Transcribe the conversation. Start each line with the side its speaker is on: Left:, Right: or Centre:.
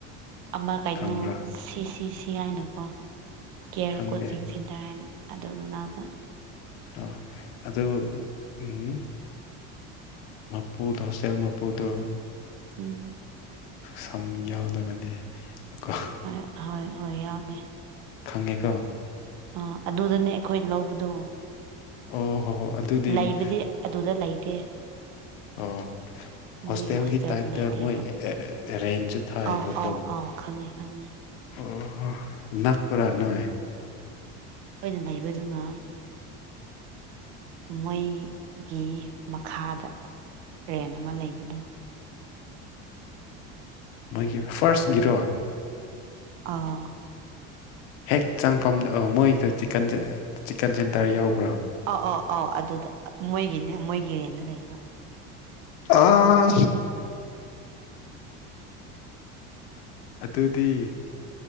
Right: ꯑꯃ ꯀꯩꯅꯣ
Left: ꯈꯪꯕ꯭ꯔꯥ
Right: ꯁꯤ ꯁꯤ ꯁꯤ ꯍꯥꯏꯅꯀꯣ ꯀꯦꯌꯔ
Left: ꯈꯪꯗꯦ
Right: ꯀꯣꯆꯤꯡ ꯁꯦꯟꯇꯔ ꯍꯥꯏꯅ ꯑꯗꯣꯃꯤꯅꯥꯗ
Left: ꯑ ꯑꯗ ꯎꯝ ꯃꯄꯨꯗ ꯍꯣꯁꯇꯦꯜ ꯃꯥꯄꯨꯗ
Right: ꯎꯝ
Left: ꯁꯝ ꯌꯥꯎꯗꯕꯅꯦ ꯀꯣ
Right: ꯍꯣꯏ ꯍꯣꯏ ꯍꯣꯏ ꯌꯥꯎꯅꯤ
Left: ꯈꯪꯉꯦꯀ
Right: ꯑꯥ ꯑꯗꯨꯗꯅꯦ ꯑꯩꯈꯣꯏ ꯂꯧꯕꯗꯣ
Left: ꯑꯣ ꯍꯣ ꯍꯣ ꯑꯗꯨꯗꯤ
Right: ꯂꯩꯕꯗꯤ
Left: ꯃ-
Right: ꯑꯗꯨꯗ ꯂꯩꯇꯦ
Left: ꯑꯣ
Right: ꯃꯣꯏꯒꯤ
Left: ꯍꯣꯁꯇꯦꯜꯒꯤ
Right: ꯍꯣꯁꯇꯦꯜꯗ
Left: ꯇꯥꯏꯞꯇ
Right: ꯂꯩꯇꯦꯕ
Left: ꯃꯣꯏ ꯔꯦꯟꯁꯨ ꯊꯥꯏꯕꯀꯣ
Right: ꯑꯧ ꯑꯧ ꯑꯧ ꯈꯪꯉꯦ ꯈꯪꯉꯦ
Left: ꯑꯣ ꯅꯥꯛꯄꯔꯥ ꯅꯣꯏ
Right: ꯅ ꯂꯩꯕꯗꯨꯅ ꯃꯣꯏꯒꯤ ꯃꯈꯥꯗ ꯔꯦꯟ ꯑꯃ ꯂꯩꯕꯅ
Left: ꯃꯣꯏꯒꯤ ꯐꯥꯔꯁ ꯒꯤꯔꯣ
Right: ꯑꯥ
Left: ꯍꯦꯛ ꯆꯪꯐꯝ ꯃꯣꯏꯗ ꯆꯤꯀꯟ ꯆꯤꯛꯀꯟ ꯁꯦꯟꯇꯔ ꯌꯥꯎꯕ
Right: ꯑ ꯑꯧ ꯑꯧ ꯑꯗꯨꯗ ꯃꯣꯏꯒꯤꯅꯦ ꯃꯣꯏꯒꯤꯔꯦꯟꯗ ꯂꯩꯕ
Left: ꯑꯥ ꯑꯗꯨꯗꯤ